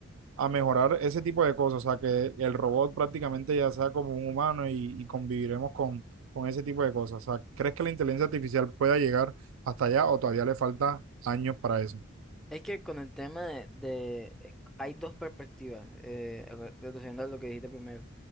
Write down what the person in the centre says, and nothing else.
Es que con el tema de, de- eh, hay dos perspectivas, eh, re- reduciendo a lo que dijiste primero.